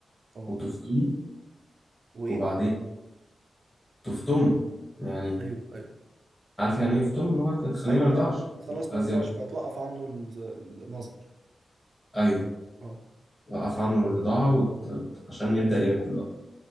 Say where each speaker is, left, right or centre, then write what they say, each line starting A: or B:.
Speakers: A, on the right; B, on the left.
A: اه
B: وتفطمه
A: وايه
B: وبعدين تفطمه يعني
A: ايوه ايوه
B: عارف يعني ايه يفطمه اللي هو تخليه
A: ايوه
B: ما يرضعش
A: ايوه خلاص
B: عايز
A: ما يرضاش
B: يرضع
A: بقى توقف عنه ال- المصدر
B: ايوه
A: اه
B: وقف عنه الرضاعه وت... عشان يبدا ياكل بقى